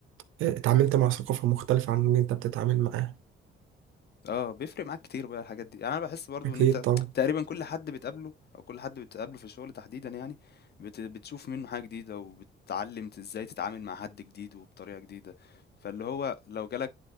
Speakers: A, on the right; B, on the left.
A: اتعاملت مع ثقافة مختلفة عن اللي انت بتتعامل معاه
B: اه بيفرق معاك كتير بقى الحاجات دي يعني انا بحس برضو
A: اكيد
B: ان انت
A: طبعا
B: تقريبا كل حد بتقابله او كل حد بتقابله في الشغل تحديدا يعني بت بتشوف منه حاجه جديده وبتتعلم ت- ازاي تتعامل مع حد جديد وبطريقه جديده فاللي هو لو جالك